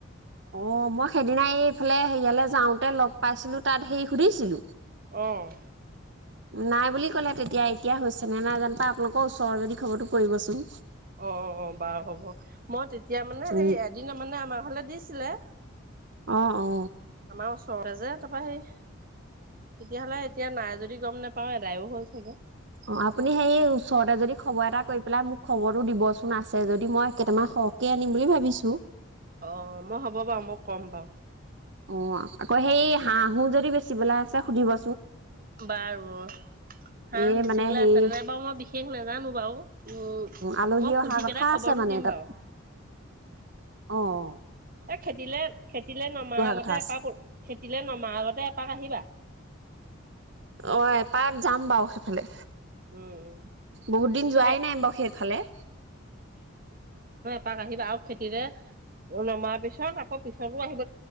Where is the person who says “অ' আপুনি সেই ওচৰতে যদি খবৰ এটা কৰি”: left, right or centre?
Right